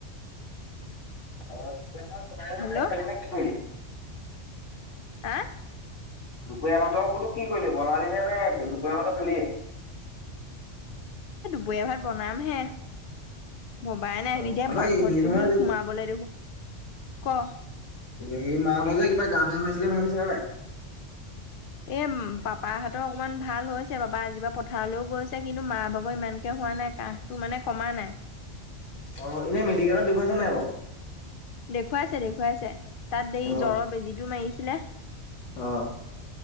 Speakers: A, on the left; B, on the left.
A: অ <unintelligible> বনাই এলাই
B: হেল্ল'
A: খালি নে কি কৰিলি?
B: আহ,
A: দুপৰীয়া ভাতৰ বোলো কি কৰিলো বনালি নে নে দুপৰীয়া ভাতো খালি
B: ৱে ভাত বনাম হে। ভবাই নাই
A: অ
B: তেতিয়া
A: তই
B: বাঘৰটো
A: হেৰি নহয়
B: শোন সোমাবলৈ দেখোন ক
A: সেই মা হতৰ যে কিবা গা বেয়া হৈছিলে ভাল হৈছে নে নাই?
B: এ, পাপাহতৰ অকমান ভাল হৈছে পাপা আজি বাা পথাৰলৈও গৈছে কিন্তু মা ভাগৰ ইমানকে হোৱা নাই কাহটো মানে কমা নাই
A: অ', এনে মেডিকেলত দেখুৱাছা নাই বাৰু
B: দেখুৱাইছে দেখুৱাইছে তাত এই
A: অ
B: জ্বৰৰ বেজিটো মাৰিছিলে।
A: অ।